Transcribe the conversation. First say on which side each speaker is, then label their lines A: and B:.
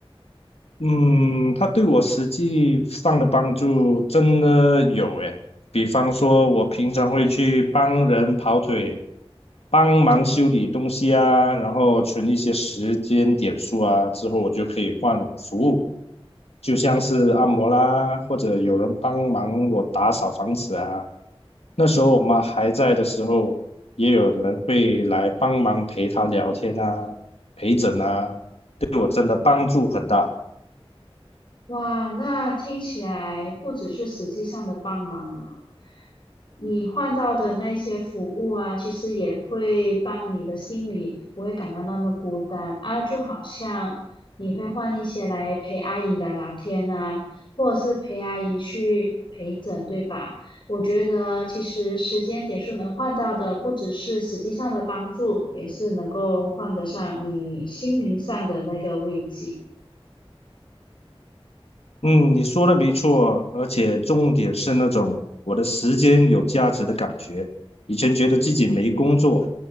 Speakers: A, on the left; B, on the left.
A: 嗯，它对我实际上的帮助真的有诶，比方说，我平常会去帮人跑腿，帮忙修理东西啊，然后存一些时间点数啊，之后我就可以换服务，就像是按摩啦，或者有人帮忙我打扫房子啊。那时候我妈还在的时候，也有人会来帮忙陪她聊天啊、陪诊啊，对我真的帮助很大。
B: 哇，那听起来不只是实际上的帮忙了。你换到的那一些服务啊，其实也会帮你的心里不会感到那么孤单啊，就好像你会换一些来陪阿姨聊聊天啊，或者是陪阿姨去陪诊，对吧？我觉得其实时间点数能换到的，不只是实际上的帮助，也是能够换得上你心灵上的那个慰藉。
A: 嗯，你说的没错，而且重点是那种我的时间有价值的感觉。以前觉得自己没工作、